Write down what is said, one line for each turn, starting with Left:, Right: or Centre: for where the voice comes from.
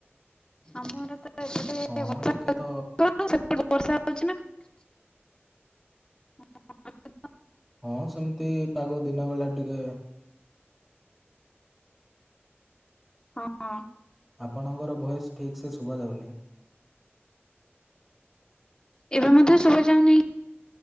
Left: ଆମର ତ ଏପଟେଷ
Centre: ହଁ ଟିକେ ତ
Left: ବର୍ଷା ହଉଛି ନା। ହ <unintelligible>
Centre: ହଁ। ସେମିତି ପାଗ ଦିନ ବେଳା ଟିକେ
Left: ହଁ।
Centre: ଆପଣଙ୍କର ଭଏସ ଠିକ୍ ସେ ଶୁଭ ଯାଉନି।
Left: ଏବେ ମଧ୍ୟେ ଶୁଭ ଯାାଉନି।